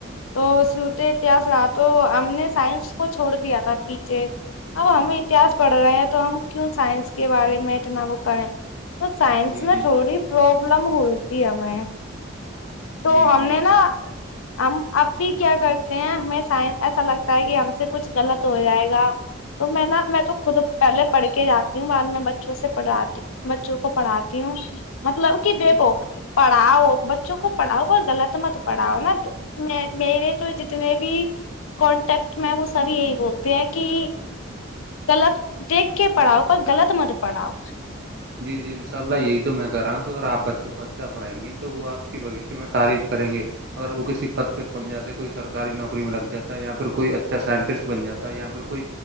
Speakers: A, on the left; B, on the right.
A: تو سوتے اتہس رہا تو ہم نے سائنس کو چھوڑ دیا تھا پیچھے اب ہم اتہاس پڑھ رہے ہیں تو ہم کیوں سائنس کے بارے میں اتنا وہ کریں تو سائنس
B: جی
A: میں
B: جی
A: تھوڑی پروابلم ہو رہی تھی ہمیں تو
B: جی جی
A: ہم نے نا ہم اب بھی کیا کرتے ہیں ہمیں سائ ایسا لگتا ہے کہ ہم سے کچھ غلط ہو جائے گا تو میں نا میں تو خود پہلے پڑھ کے جاتی ہوں بعد میں بچوں سے پڑھاتی ہوں بچوں کو پڑھاتی ہوں مطلب کہ
B: جی
A: دیکھو پڑھاؤ بچوں کو پڑھاؤ اور غلط مت پڑھاؤ نا میرے تو جتنے بھی کانٹیکٹ میں وہ سبھی یہی بولتے ہیں کہ غلط دیکھ کے پڑھاؤ پر غلط مت پڑھاؤ
B: جی جی ان شاء اللہ یہی تو میں کہہ رہا ہوں کہ اگر آپ بچوں کو اچھا پڑھائیں گی تو وہ آپ کے بھشیہ میں تعریف کریں گے اگر وہ کسی پد پہ پہنچ جاتے ہیں کوئی سرکاری نوکری میں لگ جاتا ہے یا پھر کوئی اچھا سائنٹسٹ بن جا ہے یا پھر کوئی